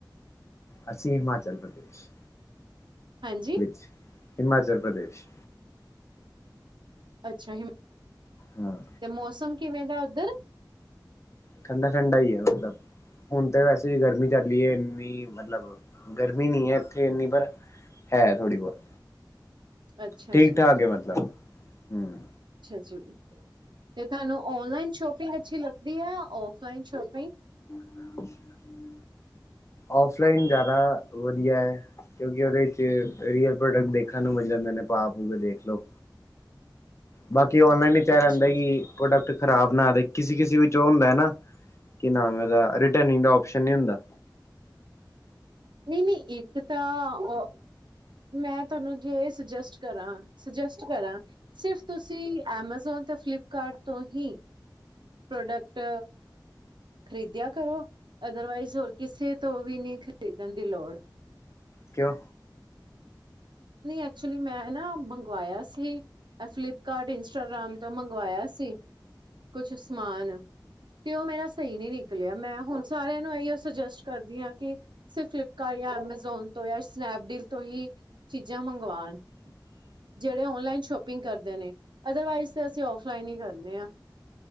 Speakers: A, on the left; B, on the right.
A: ਅਸੀਂ ਹਿਮਾਚਲ ਪ੍ਰਦੇਸ਼
B: ਹਾਂਜੀ
A: ਵਿੱਚ ਹਿਮਾਚਲ ਪ੍ਰਦੇਸ਼
B: ਅੱਛਾ ਹਮ
A: ਹਾਂ
B: ਤੇ ਮੌਸਮ ਕਿਵੇਂ ਦਾ ਉੱਧਰ
A: ਠੰਡਾ ਠੰਡਾ ਹੀ ਹੈ, ਮਤਲਬ ਹੁਣ ਤਾਂ ਵੈਸੇ ਗਰਮੀ ਚੱਲੀ ਹੈ ਇੰਨੀ ਮਤਲਬ ਗਰਮੀ ਨਹੀ ਹੈ ਇੱਥੇ ਇੰਨੀ ਪਰ ਹੈ ਥੋੜ੍ਹੀ ਬਹੁਤ
B: ਅੱਛਾ
A: ਠੀਕ
B: ਜੀ,
A: ਠਾਕ ਹੈ ਮਤਲਬ, ਹਮ
B: <unintelligible> ਤੇ ਤੁਹਾਨੂੰ ਔਨਲਾਈਨ ਸ਼ੋਪ ਅੱਛੀ ਲੱਗਦੀ ਹੈ ਔਫਲਾਈਨ ਸ਼ੋਪਿੰਗ
A: <unintelligible> ਆਫਲਾਈਨ ਜ਼ਿਆਦਾ ਵਧੀਆ ਹੈ, ਕਿਉਂਕਿ ਉਹਦੇ ਵਿੱਚ ਰੀਅਲ ਪ੍ਰੋਡਕਟ ਦੇਖਣ ਨੂੰ ਮਿਲ ਜਾਂਦੇ ਨੇ ਪਾ ਪੂ ਕੇ ਦੇਖ ਲਓ ਬਾਕੀ ਕਿ ਔਨਲਾਈਨ ਚ ਇਹ
B: ਅੱਛਾ
A: ਰਹਿੰਦਾ ਕਿ
B: ਜੀ,
A: ਪ੍ਰੋਡਕਟ ਖ਼ਰਾਬ ਨਾ ਕਿਸੇ ਕਿਸੇ ਵਿਚ ਉਹ ਹੁੰਦਾ ਨਾ ਕੀ ਨਾਮ ਹੈ ਓਹਦਾ <unintelligible>
B: ਨਹੀਂ ਨਹੀਂ ਇੱਕ ਤਾਂ ਉਹ ਮੈਂ ਤੁਹਾਨੂੰ ਜੇ ਇਹ ਸੁਜੈਸਟ ਕਰਾਂ ਸਜੈਸਟ ਕਰਾਂ ਸਿਰਫ ਤੁਸੀਂ ਐਮਾਜ਼ੋਨ ਤੇ ਫਲਿਪ ਘਰ ਤੋਂ ਹੀ ਪ੍ਰੋਡਕਟ ਖ਼ਰੀਦਿਆ ਕਰੋ, ਅਦਰਵਾਈਜ਼ ਹੋਰ ਕਿਸੇ ਤੋਂ ਵੀ ਨਹੀਂ ਖਰੀਦਣ ਦੀ ਲੋੜ
A: ਕਿਓਂ
B: ਨਹੀਂ ਐਕਚੁਲੀ, ਮੈਂ ਨਾ ਮੰਗਵਾਇਆ ਸੀ, ਫਲਿਪਕਾਰਟ, ਇੰਸਟਾਗ੍ਰਾਮ ਤੋਂ ਮੰਗਵਾਇਆ ਸੀ। ਕੁਛ ਸਮਾਨ ਤੇ ਉਹ ਮੇਰਾ ਸਹੀ ਨਹੀ ਨਿਕਲਿਆ ਮੈਂ ਹੁਣ ਸਾਰਿਆਂ ਨੂੰ ਇਓ ਸੁਜੈਸਟ ਕਰਦੀ ਹਾਂ ਕਿ ਸ ਫਲਿਪਕਾਰਟ ਜਾਂ ਐਮਾਜ਼ੋਨ ਤੋਂ ਜਾਂ ਸਨੈਪਡੀਲ ਤੋਂ ਹੀ- ਚੀਜ਼ਾਂ ਮੰਗਵਾਉਣ ਜਿਹੜੇ ਓਨਲਾਈਨ ਸ਼ੋਪਿੰਗ ਕਰਦੇ ਨੇ ਅਦਰਵਾਈਜ਼ ਤੇ ਅਸੀਂ ਆਫ਼ <unintelligible> ਆ